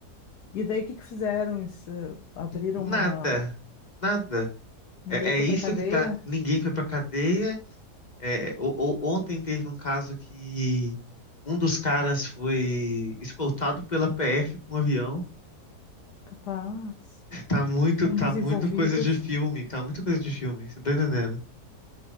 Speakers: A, on the left; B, on the left.
A: e daí o que que fizeram? Isso, abriram
B: Nada.
A: uma.
B: Nada.
A: Ninguém
B: É,
A: foi
B: é isso
A: pra cadeia?
B: que tá. Ninguém foi pra cadeia. É, o- o- ontem teve um caso que um dos caras foi escoltado pela PF com um avião.
A: Capaz.
B: Tá muito,
A: Um
B: tá
A: dos
B: muito
A: envolvidos.
B: coisa de filme. Tá muito coisa de filme. Você tá entendendo?